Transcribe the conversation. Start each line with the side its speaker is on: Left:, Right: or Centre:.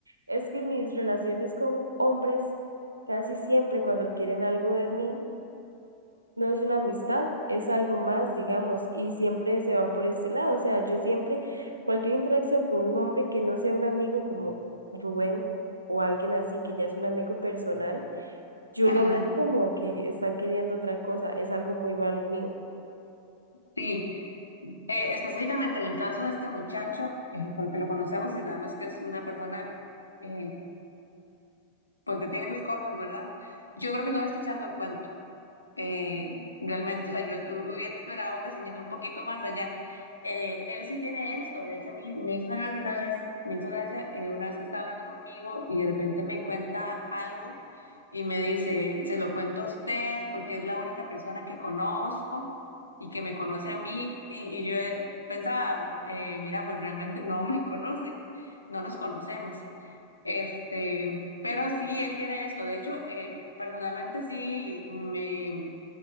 Right: Es que mis relaciones con hombres, casi siempre cuando quieren algo de mí, no es una amistad, es algo más, digamos, y siempre se van por este lado. O sea, yo siempre, cualquier interacción con un hombre que no sea un amigo como Rubén o alguien así, que ya es un amigo personal, yo
Left: Ajá,
Right: lo veo como que están queriendo otra cosa, es algo muy malo mío.
Left: sí. Eh, específicamente en el caso de este muchacho, eh, porque lo conocemos y sabemos que es una persona, eh, pues que tiene sus cosas, ¿verdad? Yo creo que no le está echando el cuento. eh, realmente. O sea, yo hubiese esperado una señal un poquito más allá. Eh, él sí tiene esto. De hecho, a mí me hizo una gracia una vez, me hizo gracia eh, una vez que estaba hablando conmigo y de repente me cuenta algo y me dice, se lo cuento a usted porque es la única persona que conozco. y que me conoce a mí, y, y yo eh, pensaba, eh, mira, pues realmente no me conoce, no nos conocemos. Este, pero sí, él tiene esto. De hecho, eh, personalmente sí, me